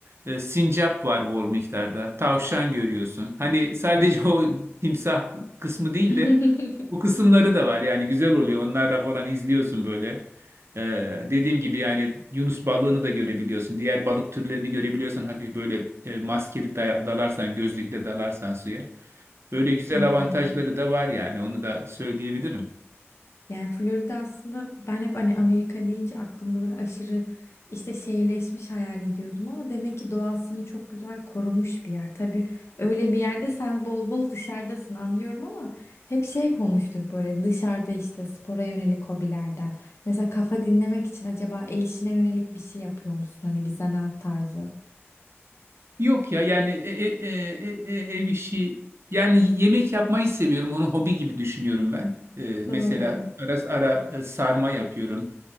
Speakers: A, on the right; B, on the left.
A: E, Sincap var bol miktarda. Tavşan görüyorsun. Hani sadece o timsah kısmı değil
B: <laughs>
A: de bu kısımları da var. Yani güzel oluyor. Onlarla falan izliyorsun böyle. E, dediğim gibi yani Yunus balığını da görebiliyorsun. Diğer balık türlerini görebiliyorsun. Hafif böyle e, maskeli da- dalarsan, gözlükle dalarsan suya. Böyle güzel
B: Ay.
A: avantajları da var yani onu da söyleyebilirim.
B: Yani Florida aslında ben hep hani Amerika deyince aklımda böyle aşırı işte şehirleşmiş hayal ediyordum ama demek ki doğasını çok güzel korumuş bir yer. Tabii öyle bir yerde sen bol bol dışarıdasın anlıyorum ama hep şey konuştuk böyle dışarıda işte spora yönelik hobilerden. Mesela kafa dinlemek için acaba el işine yönelik bir şey yapıyor musun? Hani bir zanaat tarzı.
A: Yok ya yani e- e- e- e- e- ev işi yani yemek yapmayı seviyorum. Onu hobi gibi düşünüyorum ben. Ee,
B: Doğru.
A: mesela ara ara e, sarma yapıyorum.